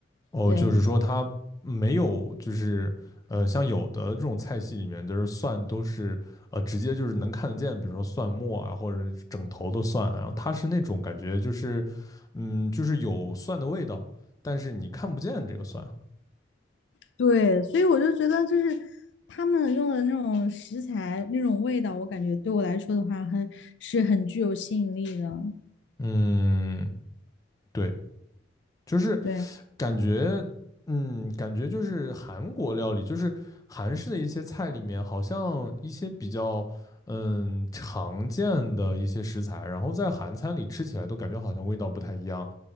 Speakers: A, on the left; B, on the left.
A: 哦，
B: 对。
A: 就是说它没有，就是呃，像有的这种菜系里面，都是蒜都是呃直接就是能看得见，比如说蒜末啊，或者是整头的蒜啊然后它是那种感觉就是嗯，就是有蒜的味道，但是你看不见这个蒜。
B: 对，所以我就觉得，就是他们用的那种食材、那种味道，我感觉对我来说的话很，是很具有吸引力的。
A: 嗯，对，就是
B: 对
A: 感觉，嗯，感觉就是韩国料理，就是韩式的一些菜里面，好像一些比较，嗯，常见的一些食材，然后在韩餐里吃起来都感觉好像味道不太一样。